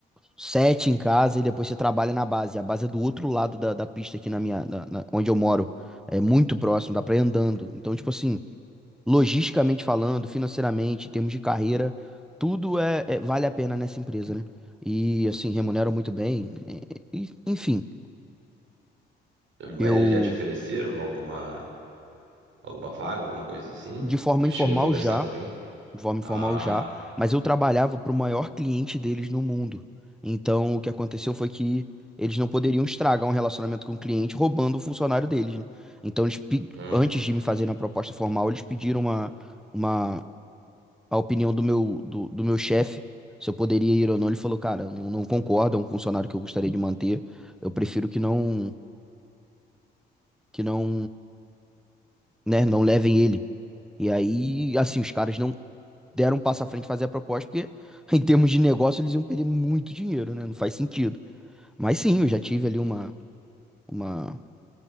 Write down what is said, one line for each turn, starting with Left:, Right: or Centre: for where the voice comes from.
Centre: sete em casa e depois você trabalha na base. A base é do outro lado da, da pista aqui na minha, na- na- onde eu moro. É muito próximo, dá pra ir andando. Então, tipo assim, logisticamente falando, financeiramente, em termos de carreira, tudo é, é- vale a pena nessa empresa, né? E assim, remuneram muito bem. é, é, e- enfim,
Right: Mas
Centre: eu
Right: eles já te ofereceram alguma, alguma vaga, alguma coisa assim?
Centre: de forma
Right: Já
Centre: informal
Right: chegou a conversar
Centre: já.
Right: com alguém?
Centre: de forma
Right: Ah,
Centre: informal já, mas eu trabalhava para o maior cliente deles no mundo. Então, o que aconteceu foi que eles não poderiam estragar um relacionamento com o cliente roubando o funcionário deles, né? Então, eles, pe-
Right: hum.
Centre: antes de me fazerem a proposta formal, eles pediram uma, uma, a opinião do meu, do, do meu chefe, se eu poderia ir ou não. Ele falou, cara, eu não, não concordo, é um funcionário que eu gostaria de manter, eu prefiro que não, que não, né, não levem ele. E aí, assim, os caras não deram um passo à frente fazer a proposta, porque <laughs> em termos de negócio eles iam perder muito dinheiro, né? Não faz sentido. Mas sim, eu já tive ali uma, uma,